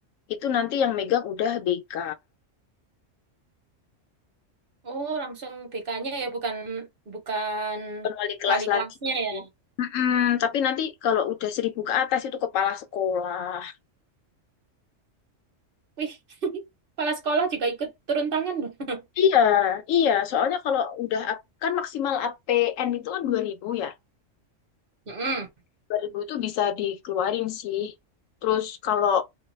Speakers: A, on the left; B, on the right.
A: itu nanti yang megang udah BK,
B: Oh, langsung BK-nya ya bukan bukan
A: bukan wali kelas
B: wali
A: lagi.
B: kelasnya ya.
A: Mm-mm, tapi nanti kalau udah 1000 ke atas itu kepala sekolah.
B: Wih, <laughs> kepala sekolah juga ikut turun tangan loh. <laughs>
A: Iya, iya. Soalnya kalau udah kan maksimal APN itu kan 2000 ya.
B: Mm-mm.
A: 2000 itu bisa dikeluarin sih. Terus kalau